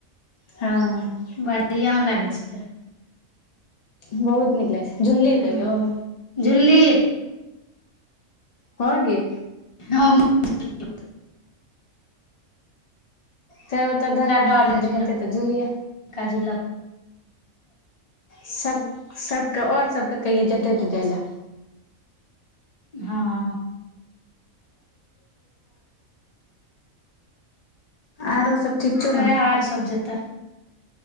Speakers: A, on the left; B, on the left.
A: हँऽ
B: बढ़ियां लागै छैय
A: बहुत नीक लागै छैय झुललिही
B: हँ
A: कहियो
B: झुल्ली
A: हँ गे
B: हम नहि झुललियो कहियो
A: फेर ओतऽ धरड़ा
B: डर लगै
A: मे
B: छै
A: जे हेतै तऽ झूलि
B: बड़का झुला
A: सभ सभ कऽ आओर सभके कहियौ जेतै तऽ जाय ले
B: हँऽ
A: आरो सब ठीक छौ
B: छै
A: नऽ
B: आर सब जेतऽ